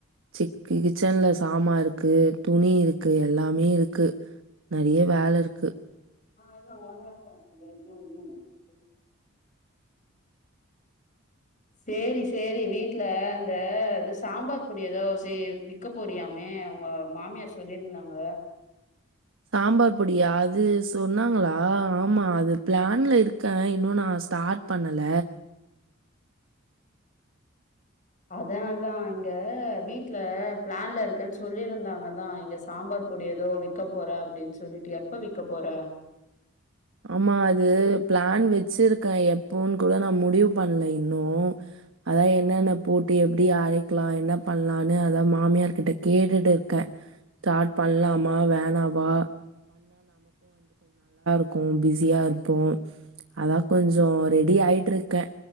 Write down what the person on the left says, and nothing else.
<unintelligible> சேரி சேரி வீட்ல அந்த சாம்பார் பொடி ஏதோ ச விற்க போரியாமே உங்க மாமியார் சொல்லிருந்தாங்க
அதான்தான் இங்க வீட்டு்ல பிளான்ல இருக்கன்னு சொல்லியிருந்தாங்க தான் இங்க சாம்பார் பொடி ஏதோ விக்க போற அப்படின்னு சொல்லிட்டு எப்ப விக்க போற